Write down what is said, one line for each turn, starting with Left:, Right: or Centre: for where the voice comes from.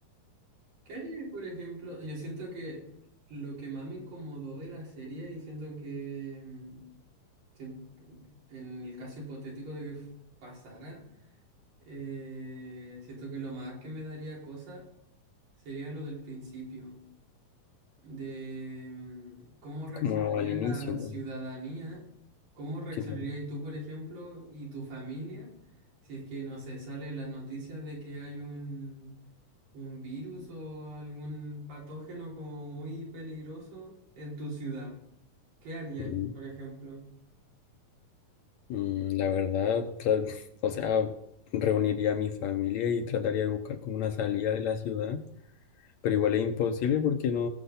Right: ¿Qué haría, por ejemplo? Yo siento que lo que más me incomodó de la serie y siento que mm, sien- en el caso hipotético de que f- pasara, eh, siento que lo más que me daría cosa sería lo del principio. de mm, cómo
Left: <laughs>
Right: reaccionaría
Left: como al inicio,
Right: la ciudadanía,
Left: pues,
Right: cómo reaccionarías
Left: sí, claro.
Right: tú, por ejemplo, y tu familia, si es que, no sé, sale las noticias de que hay un, un virus o algún patógeno como muy peligroso en tu ciudad. ¿Qué harías,
Left: Mm.
Right: por ejemplo?
Left: Mm, La verdad, tra- o sea, reuniría a mi familia y trataría de buscar como una salida de la ciudad, pero igual es imposible porque no,